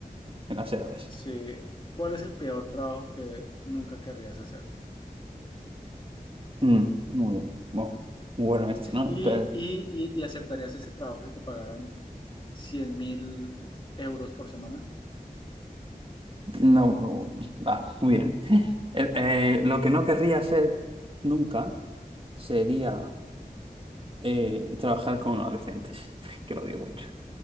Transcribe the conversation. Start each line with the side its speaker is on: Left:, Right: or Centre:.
Right: en las edades.
Left: Sí, ¿cuál es el peor trabajo que nunca querrías hacer?
Right: Mm, muy bien, Bu- muy bueno esto, ¿no?
Left: ¿Y,
Right: Pero,
Left: y, y, y aceptarías ese trabajo si te pagaran cien mil euros por semana?
Right: no, no, va, muy bien. <laughs> Eh, eh, lo que no querría hacer nunca sería eh, trabajar con adolescentes, <laughs> que lo odio mucho.